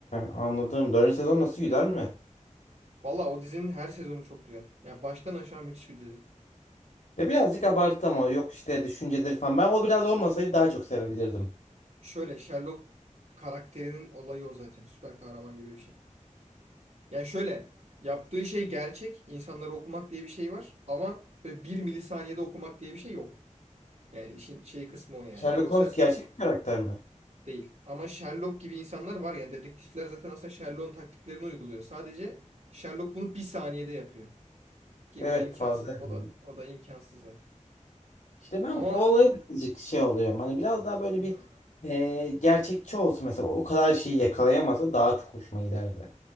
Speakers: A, on the left; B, on the right.
A: anladım. Dördüncü sezon nasıl güzel mi?
B: Valla o dizinin her sezonu çok güzel. Yani baştan aşağı müthiş bir dizi.
A: Ya birazcık abarttı ama yok işte düşünceleri falan. Ben o biraz olmasaydı daha çok sevebilirdim.
B: Şöyle Sherlock karakterinin olayı o zaten. Süper kahraman gibi bir şey. Yani şöyle yaptığı şey gerçek. insanları okumak diye bir şey var. Ama böyle bir milisaniyede okumak diye bir şey yok. Yani işin şey kısmı o yani.
A: Sherlock
B: Yoksa
A: Holmes gerçek bir karakter mi?
B: değil. Ama Sherlock gibi insanlar var yani. Dedektifler zaten aslında Sherlock'un taktiklerini uyguluyor. Sadece Sherlock bunu bir saniyede yapıyor. Ki
A: Evet
B: o da imkansız.
A: fazla. yapıyorum.
B: O da o da imkansız zaten.
A: İşte ben
B: Ama
A: o olaya birazcık şey oluyorum. Hani biraz daha böyle
B: hmm,
A: bir e, gerçekçi olsun mesela. O kadar şeyi yakalayamasa daha çok hoşuma giderdi.